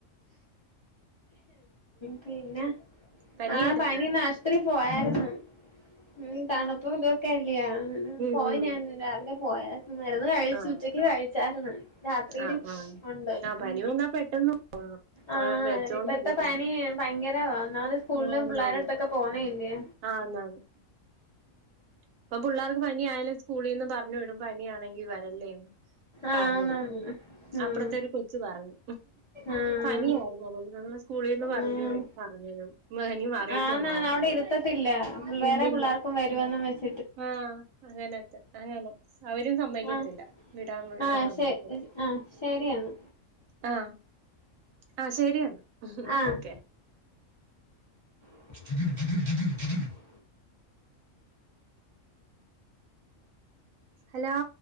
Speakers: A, on the left; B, on the right.
A: പിന്നെ.
B: പനിയായിരുന്നു
A: ആഹ് പനിന്ന് ആശുത്രി പോയാരുന്നു. ഉം തണുപ്പുതും. ക്കല്ല്യ
B: ഉം
A: പോയി
B: ഉം
A: ഞാൻ രാവിലെ പോയര് മരുന്ന് കഴിച്ചു
B: ആ
A: ഉച്ചക്ക് കഴിച്ചാര്ന്ന്. രാത്രിടിം
B: ആ ആ
A: ഒണ്ട്.
B: ആ പനി
A: ഉം
B: വന്നാ പെട്ടെന്ന്. പ-
A: ആഹ്
B: വെച്ചോണ്ടിരിക്കല്ലേ
A: ഇപ്പത്തെ പനി ഭയങ്കരവാ. ഒന്നാത് സ്കൂളിലും
B: ആ ആന്നാന്ന്
A: പിള്ളേരടുത്തൊക്കെ പോവുന്നേ അല്ലേ.
B: ആന്നാന്ന്. ഇപ്പം പുള്ളേർക്ക് പനിയായാലും സ്കൂളിന്ന് പറഞ്ഞു വിടും പനിയാണെങ്കി വരല്ലേന്ന്.
A: ആന്നാന്ന്
B: പറഞ്ഞു കൊടുക്കും.
A: ഉം
B: അപ്പറത്തെ ഒരു കൊച്ച് പറഞ്ഞു
A: ആഹ്
B: പനിയായിരുന്നു. അതുകൊണ്ടാ സ്കൂളിന്ന് പറഞ്ഞു
A: ഉം
B: പറഞ്ഞിനു പനി മാറിട്ട്
A: ആന്നാന്ന്
B: വന്നാ മതി
A: അവിടെ ഇരുത്തത്തില്ല
B: എന്ന്,
A: വേറെ
B: ഇല്ലില്ല.
A: <unintelligible>
B: ആഹ് അങ്ങനത്തെ അങ്ങനെ അവരും സമ്മതിക്കത്തില്ല.
A: ആഹ് ആഹ്
B: വിടാൻ വിടാൻ
A: ആഹ്
B: സമ്മതിക്കത്തില്ല
A: ശെ ആ ശരിയാണ്.
B: ആ, ആ ശരിന്ന
A: ആഹ്
B: ഓക്കെ.
A: <unintelligible>
B: ഹലോ?